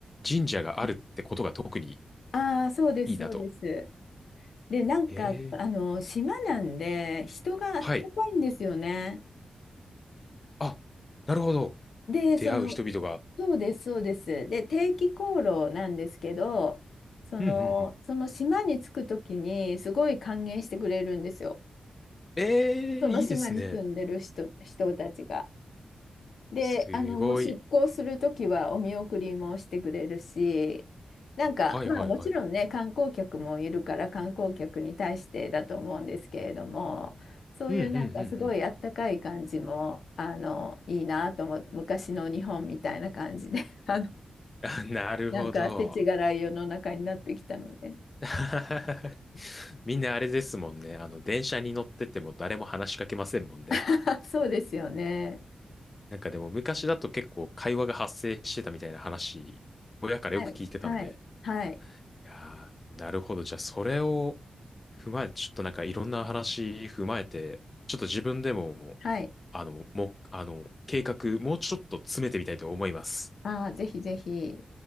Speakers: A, on the left; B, on the left.
A: 神社があるってことが特に
B: ー、ああ、そうです、
A: いいなと。
B: そうです。で、なんか、
A: ええ。
B: あの、島なんで、人があったかいんですよね。
A: はい。あ、なるほど。
B: で、
A: 出会う人々が。
B: その、そうです、そうです。で、定期航路なんですけど、その、
A: うん、うん、うん。
B: その島に着くときに、すごい歓迎してくれるんですよ。
A: ええ、
B: その島に住んでる人、
A: いいですね。
B: 人たちが。で、
A: すごい。
B: あの、もう出航するときはお見送りもしてくれるし、なんか、
A: はい、
B: まあもちろんね、
A: はい、はい。
B: 観光客もいるから観光客に対してだと思うんですけれども、そういうなんかすごいあったかい感じも、
A: うん、うん、うん、うん。
B: あの、いいなと思って、昔の日本みたいな感じで、<laughs> あの、
A: <laughs> あ、なるほど。
B: なんか世知辛い世の中になってきたので。
A: <laughs> みんなあれですもんね。あの、電車に乗ってても誰も話しかけませんもんね。
B: <laughs> そうですよね。
A: なんかでも昔だと結構会話が発生してたみたいな話、親からよく聞いてたんで。
B: はい、はい、はい、
A: いやーなるほど。じゃあ、それを踏まえて、ちょっとなんかいろんな話踏まえて、ちょっと自分でも、
B: はい。
A: あの、も、あの、計画、もうちょっと詰めてみたいと思います。
B: ああ、ぜひぜひ。